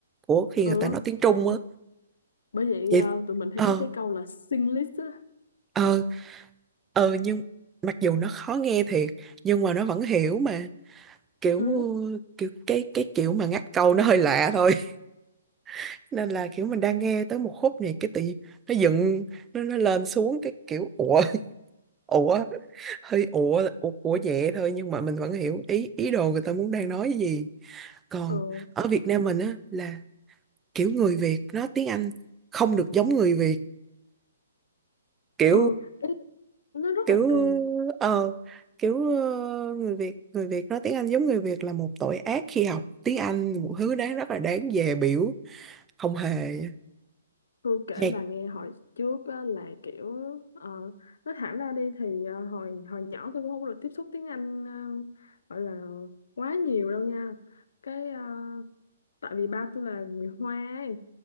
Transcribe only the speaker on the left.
ừ
bởi vậy
ờ, tụi mình hay
có cái câu là Singlish á
ừ
ừ
ừ ý- nó rất
là kỳ
Tôi kể
bà nghe hồi trước á, là kiểu ờ, nói thẳng ra đi thì ờ, hồi hồi nhỏ tôi cũng không được tiếp xúc tiếng Anh ờ, gọi là quá nhiều đâu nha. Cái ờ, tại vì ba tôi là người Hoa ấy.